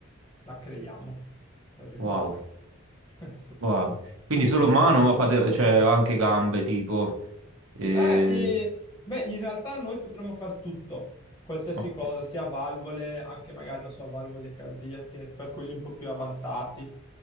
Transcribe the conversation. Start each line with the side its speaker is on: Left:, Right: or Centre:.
Left: la creiamo, tra virgolette.
Right: Wow,
Left: <laughs> Sì.
Right: wow. Quindi solo mano, ma fate, cioè anche gambe tipo... E,
Left: Beh, e- beh, in realtà noi potremmo fare tutto, qualsiasi
Right: ok.
Left: cosa, sia valvole, anche magari, non so, valvole cardiache, per quelli un po' più avanzati,